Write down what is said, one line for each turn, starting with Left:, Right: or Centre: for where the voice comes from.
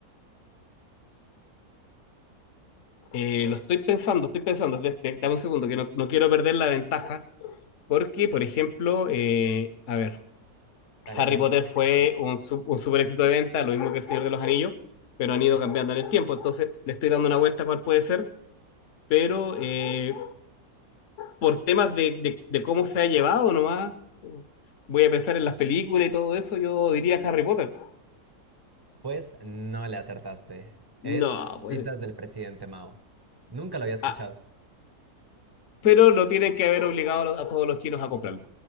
Left: Eh, lo estoy pensando, estoy pensando. De- de- dame un segundo, que no, no quiero perder la ventaja. Porque, por ejemplo, eh, a ver,
Right: Dale,
Left: Harry
Right: piensa
Left: Potter
Right: porque
Left: fue
Right: es complejo.
Left: un, su- un super éxito de venta, lo mismo que El Señor de los Anillos, pero han ido cambiando en el tiempo. Entonces, le estoy dando una vuelta a cuál puede ser, pero eh, por temas de, de- de cómo se ha llevado nomás, voy a pensar en las películas y todo eso, yo diría Harry Potter.
Right: Pues no le acertaste. Es
Left: No, pues.
Right: Citas del Presidente Mao. Nunca lo había escuchado.
Left: ah, pero lo tienen que haber obligado a lo- a todos los chinos a comprarlo.